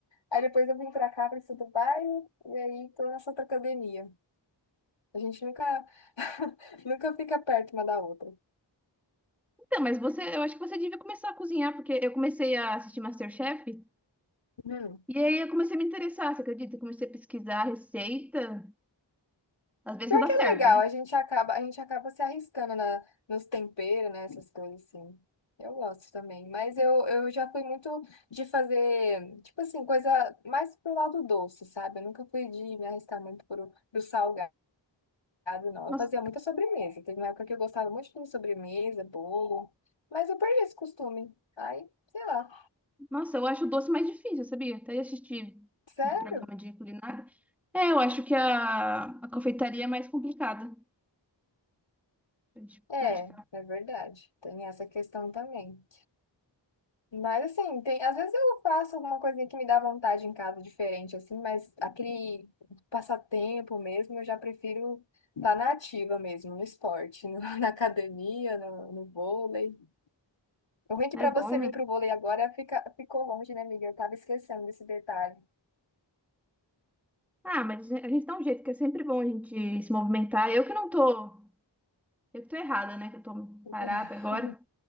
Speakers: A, on the left (about 75°); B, in the centre.
A: Aí depois eu vim pra cá, pra esse outro bairro, e aí tô nessa outra academia. A gente nunca, <laughs> nunca fica perto uma da outra.
B: Então, mas você, eu acho que você devia começar a cozinhar, porque eu comecei a assistir MasterChef
A: Hum.
B: e aí eu comecei a me interessar, você acredita? Eu comecei a pesquisar a receita. Às vezes
A: Pior
B: não dá
A: que
B: certo,
A: é legal,
B: né?
A: a gente acaba, a gente acaba se arriscando na, nos temperos, né, essas coisas assim. Eu gosto também, mas eu, eu já fui muito de fazer, tipo assim, coisa mais pro lado doce, sabe? Eu nunca fui de me arriscar muito pro, pro salgado. casa, não.
B: Nossa,
A: Eu fazia muita sobremesa. Teve uma época que eu gostava muito de fazer sobremesa, bolo, mas eu perdi esse costume. Aí, sei lá.
B: nossa, eu acho o doce mais difícil, sabia? Até assistir
A: Sério?
B: uns programas de culinária. É, eu acho que a, a confeitaria é mais complicada pra gente
A: É,
B: praticar.
A: é verdade. Tem essa questão também. Mas assim, tem, às vezes eu faço alguma coisinha que me dá vontade em casa diferente, assim, mas aquele passatempo mesmo, eu já prefiro estar na ativa mesmo, no esporte, no- <laughs> na academia, no, no vôlei. O ruim é que
B: É
A: pra
B: bom,
A: você
B: né?
A: vir pro vôlei agora fica, ficou longe, né, amiga? Eu tava esquecendo desse detalhe.
B: Ah, mas a gente dá um jeito, que é sempre bom a gente se movimentar. Eu que não tô. Eu que tô errada, né? Que eu tô
A: <laughs>
B: parada agora.